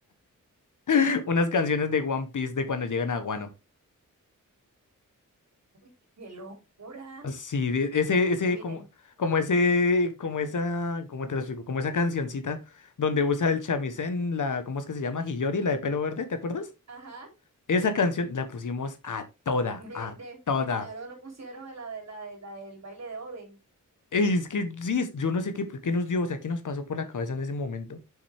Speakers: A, on the left; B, on the right.
A: <laughs> unas canciones de One Piece de cuando llegan a Guano.
B: Uy, qué locura.
A: Sí, de- ese, ese,
B: Inviten.
A: como, como ese, como esa, ¿cómo te lo explico? Como esa cancioncita donde usa el chamisén, la, ¿cómo es que se llama? Hiyori, la de pelo verde, ¿te acuerdas?
B: Ajá.
A: Esa canción la pusimos a toda,
B: De,
A: a
B: de,
A: toda.
B: de milagro no pusieron en la de la de la del baile de Oden.
A: Y es que sí, es- yo no sé qué, pues, qué nos dio, o sea, qué nos pasó por la cabeza en ese momento.